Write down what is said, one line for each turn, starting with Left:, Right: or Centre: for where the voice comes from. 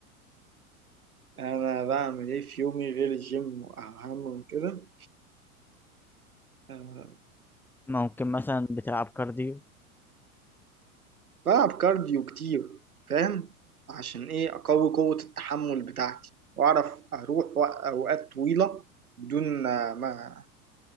Right: انا بعمل ايه في يومي غير الجيم اهم من كده أه
Centre: ممكن مثلا بتلعب كارديو
Right: بلعب كارديو كتير فاهم عشان ايه اقوي قوه التحمل بتاعتي واعرف اروح وق- اوقات طويله بدون ما